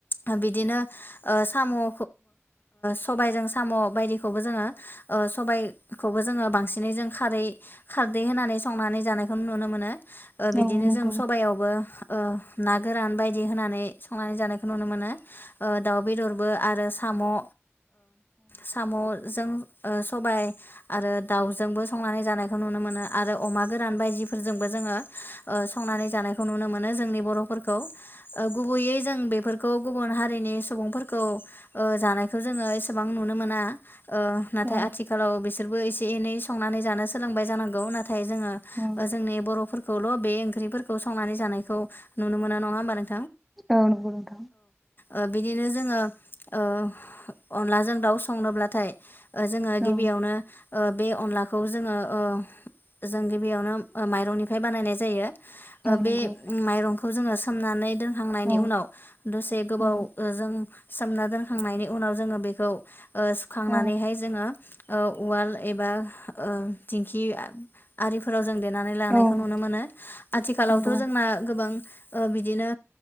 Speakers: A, on the left; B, in the centre.
A: ओ बिदिनो ओ साम' ओ सबायजों साम' बायदि खौबो जोङो ओ सबायखौबो जोङो बांसिनै जों खारै खारदै होनानै संनानै जानायखौ नुनो मोनो। ओ बिदिनो
B: औ नंगौ
A: जों सबाइयावबो ओ ना गोरान बायदि होनानै संनानै जानायखौ नुनो मोनो। ओ दाउ बेदरबो आ रो साम' ओ साम' जों ओ सबाय आरो दाउजोंबो संनानै जानाय खौ नुनो मोनो आरो अमा गोरान बायदिफोरजोंबो जोङो ओ संनानै जानायखौ नुनो मो नो जोंनि बर'फोरखौ ओ गुबैयै जों बेफोरखौ गुबुन हारिनि सुबुंफोरखौ ओ जानायखौ जोङो एसेबां नुनो मोना ओ नाथाय
B: औ
A: आथिखालाव बिस सोरबो एसे एनै संनानै जानो सोलोंबाय जानांगौ ना थाय जोङो ओ
B: औ
A: जोंनि बर'फोर खौल' बे ओंख्रिफोरखौ संनानै जानायखौ नुनो मोऩ नङा होमबा नों
B: औ नंगौ नोंथां
A: ओ बिदिनो जोङो ओ अनलाजों दाउ संनोब्ला थाय ओ जोङो
B: औ
A: गिबियावनो ओ बे अनलाखौ जोङो ओ जों गिबियावनो माइरंनिफ्राय बानायनाय जायो। ओ
B: औ नंगौ
A: बे माइरंखौ जोङो सोमनानै दोनखांनायनि
B: औ
A: उनाव दसे गोबाव
B: औ
A: जों। सोमना दोनखांनायनि उनाव जोङो बेखौ। खांनानैहाय
B: औ
A: जोङो। ओ उवाल एबा ओ दिंखि। आरिफोराव जों देनानै लानायखौ
B: औ
A: नुनो मोनो आथिखालावथ'
B: नंगौ
A: जोंना गोबां। ओ बिदिनो